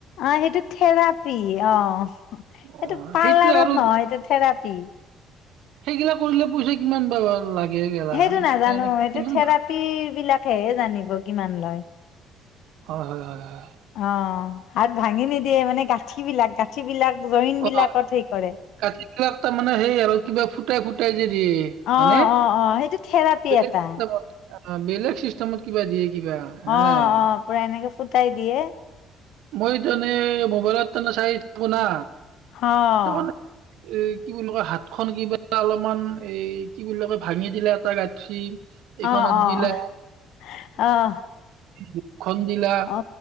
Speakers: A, on the left (about 70°); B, on the right (about 80°).
A: অহ ' সেইটো থেৰাপি অহ। সেইটো
B: অ
A: পাৰ্লাৰত
B: সেইটো আৰু
A: নহয় এইটো থেৰাপ পি
B: সেইগিলা কৰিলে পইচা কিমান ব লাগে। গেলা
A: সেইটো নাজানো
B: এনে
A: এইটো
B: কিমান
A: থেৰাপী বিলাক হে জানিব কিমান লয়।
B: হয়- হয় - হয়।
A: অহ ', আৰ ভাঙি নিদিয়ে মানে গাঠী বিলাক গাঠ ঠী বিলাক জইন
B: অহ
A: বিলাকত সেই কৰে
B: ' গাঠি বিলাক তাৰমানে সেই আৰু কিবা ফুটাই - ফুটাই যেদি
A: অ
B: হয়নে
A: অ অ সেইটো থেৰাপি
B: বেলেগ
A: এটা
B: চিষ্টেমত। অহ ' বেলেগ চিষ্টেমত কিবা দিয়ে। কিবা
A: অ
B: নাই
A: অ পুৰা এনেকে ফুটাই দিয়ে
B: মই তানে মোবাইলত ত নে চাই থাকো না।
A: অহ
B: তাৰমানে
A: ',
B: এ কি বুলি কয় হাত খন কিব অলপমান এ কি বুলি কয় ভাঙি দিলে এটা গাঠি এইখনত
A: অ
B: দিলা
A: অ আহ
B: দখন দিলা
A: অ